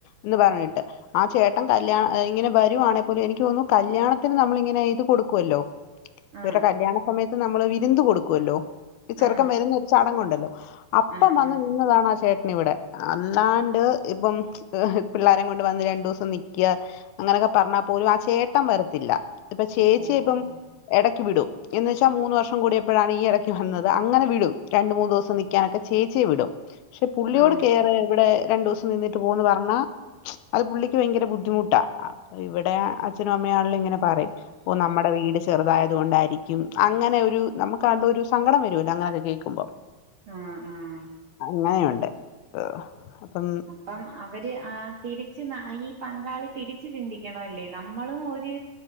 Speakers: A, on the left (about 80°); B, on the right (about 60°).
A: എന്ന് പറഞ്ഞിട്ട് ആ ചേട്ടൻ കല്യാണ- ഇങ്ങനെ വരുവാണെ പോലും എനിക്ക്തോന്നുന്നു കല്യാണത്തിന് നമ്മളിങ്ങനെ ഇത് കൊടുക്കുവല്ലോ? ഇവരുടെ
B: ആഹ്
A: കല്യാണ സമയത്ത് നമ്മള്- വിന്ത് കൊടുക്കുവല്ലോ? ഈ ചെറുക്കൻ
B: ആഹ്
A: വരുന്ന ഒരു ചടങ്ങ് ഒണ്ട്- അപ്പം
B: ആഹ്
A: വന്ന്
B: ആഹ്
A: നിന്നതാണ് ആ ചേട്ടൻ ഇവിടെ അല്ലാണ്ട് ഇപ്പം പിള്ളോരേം കൊണ്ട് വന്ന് രണ്ട് ദിവസം നിക്ക- അങ്ങനെയൊക്കെ പറഞ്ഞാൽ പോലും ആ ചേട്ടൻ വരത്തില്ല- ഇപ്പൊ ചേച്ചി
B: ഓ
A: ഇപ്പം
B: ഓ
A: എടക്ക്- വിടും എന്നു വെച്ചാ മൂന്ന് വർഷം കൂടിയപ്പോഴാണ് ഈ ഇടക്ക് വന്നത് അങ്ങനെ വിടും രണ്ട് മൂന്ന് ദിവസം നിക്കാനൊക്കെ ചേച്ചിയെ വിടും പക്ഷെ പുള്ളിയോട്
B: ആഹ്
A: കേറ് ഇവിടെ രണ്ടു ദിവസം നിന്നിട്ട് പോന്ന് പറഞ്ഞാ അത് പുള്ളിക്ക് ഭയങ്കര ബുദ്ധിമുട്ടാ അ ഇവിടെ അച്ഛനും അമ്മയും ആണേലും ഇങ്ങനെ പറയും ഓ നമ്മുടെ വീട് ചെറുതായത് കൊണ്ടായിരിക്കും അങ്ങനെ ഒരു നമുക്ക് ആകെ ഒരു സങ്കടം വരുല്ലോ അങ്ങനെയൊക്കെ കേൾക്കുമ്പോൾ
B: ആഹ് ആഹ്
A: അങ്ങനെയുണ്ട് ഏഹ് അപ്പം
B: അപ്പം അവര് ആ തിരിച്ച് നാ ഈ പങ്കാളി തിരിച്ചു ചിന്തിക്കണല്ലേ നമ്മളും ഒരു